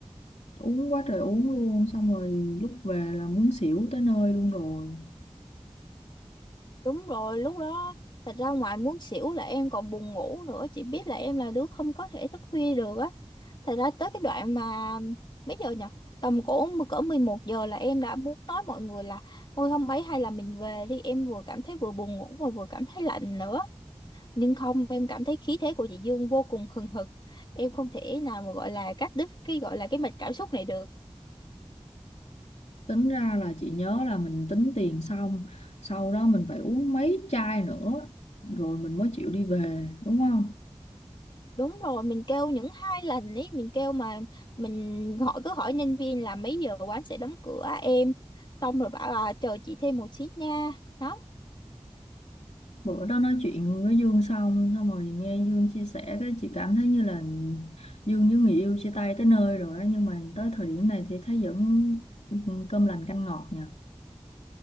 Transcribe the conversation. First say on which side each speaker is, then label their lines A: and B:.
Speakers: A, on the left; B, on the left.
A: uống quá trời uống luôn xong rồi lúc về là muốn xỉu tới nơi luôn rồi
B: đúng rồi lúc đó thật ra ngoài muốn xỉu là em còn buồn ngủ nữa chị biết là em là đứa không có thể thức khuya được á thật ra tới cái đoạn mà mấy giờ nhỉ tầm cỡ cỡ 11 giờ là em đã muốn nói mọi người là thôi không ấy hay là mình về đi em vừa cảm thấy vừa buồn ngủ mà vừa cảm thấy lạnh nữa nhưng không em cảm thấy khí thế của chị Dương vô cùng hừng hực em không thể nào mà gọi là cắt đứt cái gọi là cái mạch cảm xúc này được
A: Tính ra là chị nhớ là mình tính tiền xong, sau đó mình phải uống mấy chai nữa, rồi mình mới chịu đi về, đúng không?
B: đúng rồi mình kêu những hai lần ấy mình kêu mà mình hỏi cứ hỏi nhân viên là mấy giờ quán sẽ đóng cửa em xong rồi bảo là chờ chị thêm một xí nha đó
A: Bữa đó nói chuyện với Dương xong, xong rồi nghe Dương chia sẻ cái chị cảm thấy như là Dương với người yêu chia tay tới nơi rồi á, nhưng mà tới thời điểm này thì thấy vẫn ừ, cơm lành canh ngọt nha.